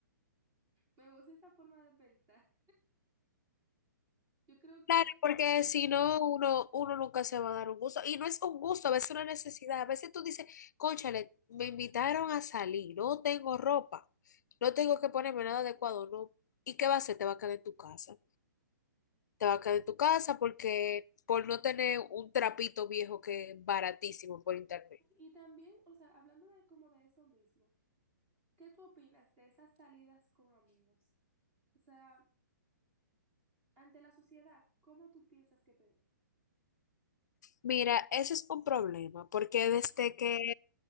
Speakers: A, on the right; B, on the left.
A: Me gusta esa forma de pensar. Yo creo que,
B: Claro, porque si no, uno, uno nunca se va a dar un gusto. Y no es un gusto, a veces es una necesidad. A veces tú dices, cónchale, me invitaron a salir, no tengo ropa, no tengo que ponerme nada adecuado, no. ¿Y qué va a hacer? Te va a quedar en tu casa. Te va a quedar en tu casa porque por no tener un trapito viejo que es baratísimo por internet.
A: y también, o sea, hablando de como de eso mismo, ¿qué tú opinas de esas salidas con amigos? O sea, ante la sociedad, ¿cómo tú piensas que te ves?
B: Mira, eso es un problema, porque desde que,